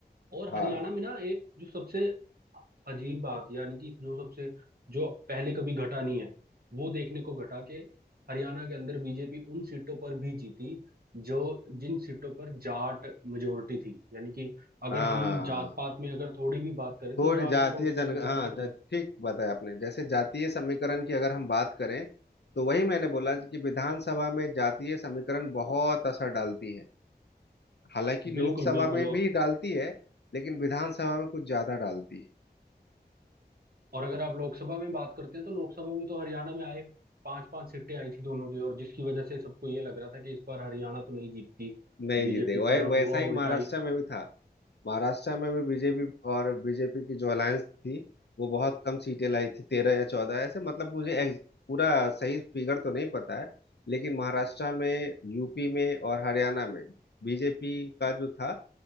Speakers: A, on the right; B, on the left.
A: और
B: हाँ
A: हरियाणा में ना एक जो सबसे अजीब बात यानी कि जो सबसे जो पहले कभी घटा नहीं है वो देखने को घटा के हरियाणा के अंदर बीजेपी उन सीटों पर भी जीती जो जिन सीटों पर जाट मेजोरिटी थी यानी कि अगर
B: हाँ
A: हम जात पात में अगर थोड़ी भी बात करें
B: थोड़ी
A: तो जाट
B: जातीय
A: मेजोरिटी
B: जन हाँ
A: वाले
B: ज- ठीक बताया आपने जैसे जातीय समीकरण की अगर हम बात करें तो वही मैंने बोला कि विधानसभा में जातीय समीकरण बहुत असर डालती है हालांकि
A: बिल्कुल
B: लोकसभा
A: बिल्कुल
B: में
A: और
B: भी डालती है लेकिन विधानसभा में कुछ ज्यादा डालती है
A: और अगर आप लोकसभा में बात करते हैं तो लोकसभा में तो हरियाणा में आए पांच पांच सीटें आई थी दोनों की और जिसकी वजह से सबको ये लग रहा था कि इस बार हरियाणा तो नहीं जीतती
B: नहीं
A: बीजेपी
B: जीते वै,
A: पर हुआ
B: वैसा ही
A: उल्टा
B: महाराष्ट्र
A: ही
B: में भी था महाराष्ट्र में भी बीजेपी और बीजेपी की जो अलायंस थी वो बहुत कम सीटें लाई थी तेरह या चौदह ऐसे मतलब मुझे ex- पूरा सही फिगर तो नहीं पता है लेकिन महाराष्ट्र में यूपी में और हरियाणा में बीजेपी का जो था